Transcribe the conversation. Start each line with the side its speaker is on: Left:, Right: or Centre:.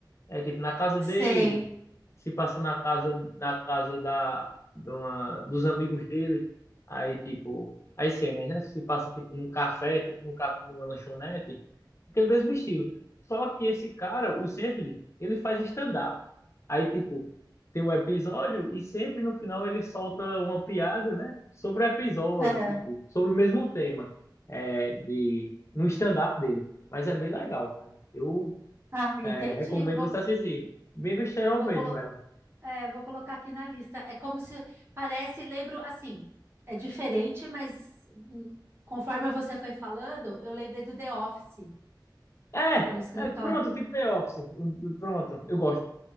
Left: É tipo na casa dele,
Right: Sei.
Left: se passa na casa, na casa da, de uma- dos amigos dele, aí tipo, as cenas, né? Se passa tipo num café, tipo num, ca- numa lanchonete, aquele mesmo estilo. Só que esse cara, o Seinfeld, ele faz stand-up. Aí tipo, tem um episódio e sempre no final ele solta uma piada, né? Sobre o episódio,
Right: É.
Left: tipo, sobre o mesmo tema é, de, no stand-up dele. Mas é bem legal, cara. Eu
Right: Ah, entendi.
Left: é, recomendo
Right: Vou,
Left: você assistir. Bem besterol
Right: vou,
Left: mesmo
Right: colo
Left: ela.
Right: é, vou colocar aqui na lista. É como se parece, lembro assim, é diferente, mas hum, conforme você foi falando, eu lembrei do The Office,
Left: É,
Right: que é o escritório.
Left: é pronto, tipo The Office. O- o- Pronto, eu gosto.